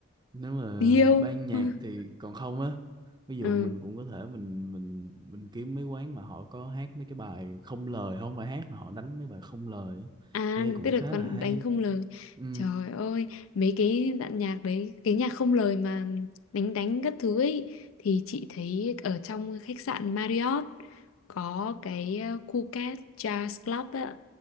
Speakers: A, on the right; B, on the left.
A: nếu mà
B: điêu
A: ban nhạc
B: <laughs>
A: thì còn không á ví dụ
B: ừ.
A: mình cũng có thể mình mình mình kiếm mấy quán mà họ có hát mấy cái bài không lời không phải hát mà họ đánh mấy bài không lời á.
B: à
A: nghe cũng
B: tức là
A: khá
B: còn
A: là hay
B: đánh không lời
A: ừ
B: trời ơi mấy cái đoạn nhạc đấy cái nhạc không lời mà đánh đánh các thứ ấy thì chị thấy ở trong khách sạn Marriott có cái ờ, Phuket Jazz Club á,